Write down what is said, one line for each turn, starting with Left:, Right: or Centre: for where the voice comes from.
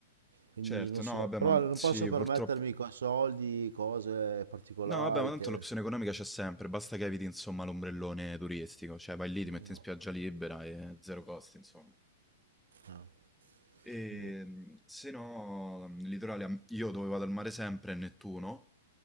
Right: Quindi
Centre: Certo,
Right: non
Centre: no,
Right: so,
Centre: vabbè,
Right: però
Centre: ma
Right: non
Centre: sì,
Right: posso permettermi
Centre: purtroppo
Right: con soldi, cose particolari
Centre: No, vabbè, ma tanto
Right: che...
Centre: l'opzione economica c'è sempre, basta che eviti, insomma, l'ombrellone turistico, cioè vai lì, ti metti
Right: no,
Centre: in spiaggia libera e zero costi, insomma.
Right: no,
Centre: E
Right: niente.
Centre: mh, se no, il litorale, a m- io dove vado al mare sempre è Nettuno,